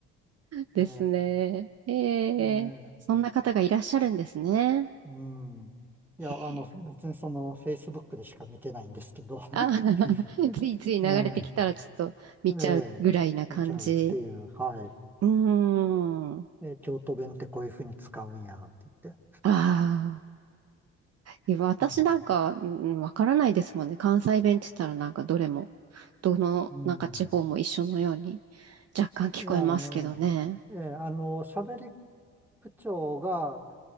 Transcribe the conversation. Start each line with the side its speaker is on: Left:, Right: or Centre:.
Right: ですね。
Centre: え、
Right: へ
Centre: ねえ。
Right: え。そんな方がいらっしゃるんですね。
Centre: うん。いや、
Right: へえ
Centre: あの、別にその、Facebook でしか見てないんですけど、
Right: あ、<laughs>
Centre: <laughs>
Right: ついつい流れてきたらちょっと見ちゃうぐらいな感じ。
Centre: ええ、ええ、見ちゃうっていう、はい。
Right: うーん。あ
Centre: え、京都弁ってこういうふうに使うんや、って言って。
Right: あ。いや私なんか、
Centre: うん。
Right: うんわからないですもんね。関西弁って言ったらなんかどれも、どのなんか地方も一緒のように
Centre: うん。
Right: 若干聞こえますけどね。
Centre: いや、ええ、ええ、あの、喋り口調が、